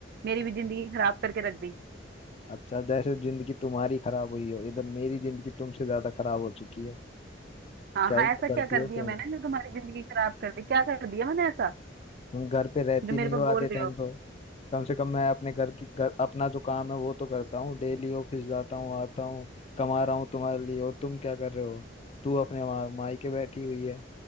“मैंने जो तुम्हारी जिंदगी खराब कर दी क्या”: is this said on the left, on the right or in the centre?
Right